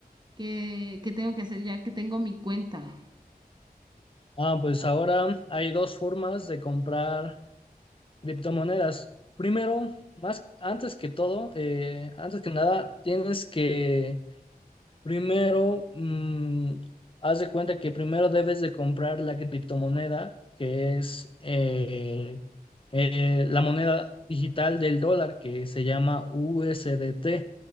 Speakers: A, on the right; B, on the left.
A: ¿qué, qué tengo que hacer ya que tengo mi cuenta?
B: Ah, pues ahora hay dos formas de comprar criptomonedas. Primero, más antes que todo, eh, antes que nada, tienes que Primero, mm, haz de cuenta que primero debes de comprar la criptomoneda, que es eh, eh, la moneda digital del dólar, que se llama USDT.